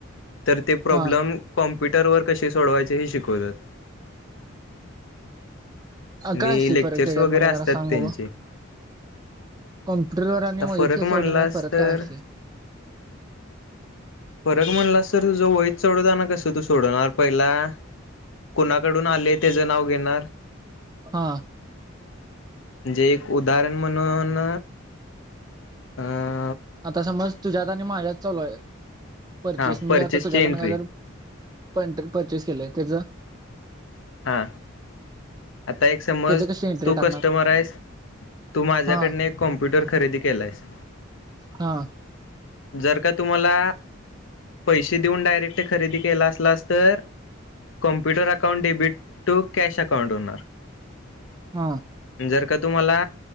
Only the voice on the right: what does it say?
हा
काय असते
फरक त्याच्यात
मला
जरा सांग
बघू कॉम्प्युटरवर आणि
वाहितलं
सोडण्यात फरक
काय असते?
हां,
आता समज तुझ्यात आणि माझ्यात चलू आहेत परचेस
मी
आता तुझ्याकडन
काय तर प परचेस केलंय त्याच
त्याचं कशी एंट्री
टाकणार
हा
हा
हम